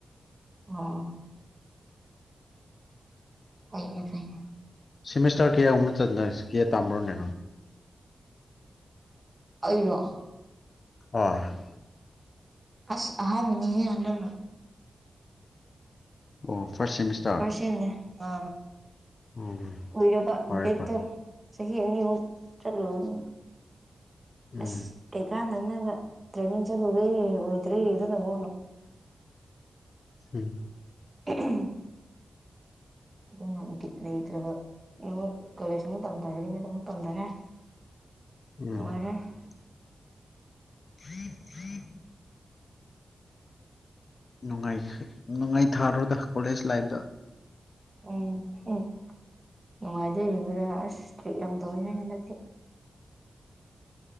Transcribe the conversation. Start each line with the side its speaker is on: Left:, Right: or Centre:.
Right: ꯑꯥ ꯐꯩꯅꯦ ꯐꯩꯅꯦ
Left: ꯁꯤꯃꯤꯁꯇꯔ ꯀꯌꯥꯒꯨꯝꯕ <unintelligible> ꯇꯥꯅꯔꯣꯅꯦ
Right: ꯑꯩꯔꯣ
Left: <unintelligible>
Right: ꯑꯁ ꯑꯍꯥꯟꯕꯥꯅꯤꯍꯦ ꯍꯟꯗꯛꯅ
Left: ꯑꯣ ꯐꯥꯔꯁ ꯁꯦꯃꯤꯁꯇꯔ
Right: ꯐꯔꯁꯦꯝꯅꯦ ꯑ
Left: ꯎꯝ
Right: ꯀꯨꯏꯔꯕ
Left: ꯐꯔꯦ
Right: ꯕꯦꯠ
Left: ꯐꯔꯦ
Right: ꯇꯣ ꯆꯍꯤ ꯑꯅꯤꯔꯣꯝ ꯆꯠꯂꯨꯕꯅꯦ
Left: ꯎꯝ
Right: ꯑꯁ ꯀꯩꯀꯥꯟꯅꯅꯣ ꯇ꯭ꯔꯦꯅꯤꯡ ꯆꯠꯂꯨꯔꯦ ꯑꯣꯏꯗ꯭ꯔꯦ <unintelligible>
Left: ꯎꯝ
Right: <inaudible> ꯑꯗꯨꯅ ꯕꯤꯠ ꯂꯩꯇ꯭ꯔꯕ <unintelligible> ꯀꯣꯂꯦꯖ ꯑꯃꯨꯛ ꯇꯝꯊꯔꯤꯅ ꯑꯃꯨꯛ ꯇꯝꯊꯔꯦ
Left: ꯎꯝ
Right: ꯅꯨꯡꯉꯥꯏꯔꯦ
Left: <unintelligible> ꯅꯨꯡꯉꯥꯏ ꯅꯨꯡꯉꯥꯏ ꯊꯥꯔꯣꯗ ꯀꯣꯂꯦꯖ ꯂꯥꯏꯐꯗ
Right: ꯎꯝ ꯎꯝ ꯅꯨꯡꯉꯥꯏꯗꯣꯔꯤꯕ꯭ꯔꯥ ꯑꯁ ꯇ꯭ꯔꯤꯠ ꯌꯥꯝ ꯇꯧꯋꯦꯅꯦ ꯍꯟꯗꯛꯇꯤ